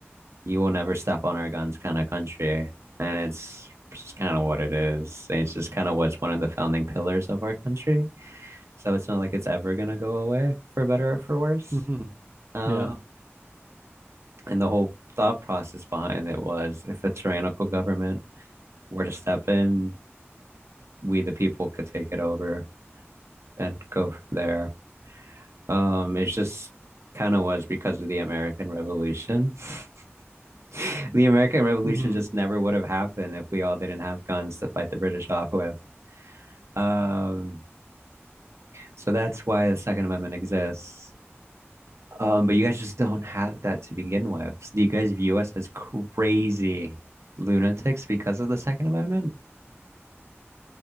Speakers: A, on the right (about 80°); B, on the right (about 40°).
A: you will never step on our guns kind of country. And it's just kind of what it is. It's just kind of what's one of the founding pillars of our country. So it's not like it's ever gonna go away for better or for worse.
B: Mm-hmm.
A: Uh,
B: Yeah.
A: and the whole thought process behind it was if a tyrannical government were to step in, we the people could take it over and go from there. Um, it's just kind of was because of the American Revolution. <laughs> The American Revolution
B: Mm-hmm.
A: just never would have happened if we all didn't have guns to fight the British off with. Um, so that's why the Second Amendment exists. Um, but you guys just don't have that to begin with. So Do you guys view us as crazy lunatics because of the Second Amendment?